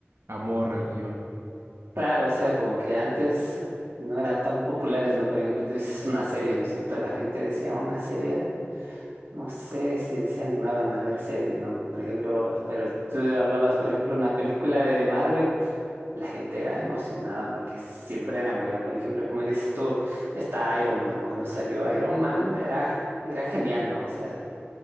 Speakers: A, on the right; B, on the right.
A: amor al guión.
B: claro, o sea, como que antes no eran tan populares, ¿no? Por ejemplo, tú dices una serie, ¿no es cierto? La gente decía una serie. No sé si se animaban a ver series, ¿no? Por ejemplo, pero tú hablabas, por ejemplo, una película de Marvel, la gente era emocionada porque siempre eran buenas. Por ejemplo, como dices tú, está Iron Man. Cuando salió Iron Man era, era genial, ¿no? O sea.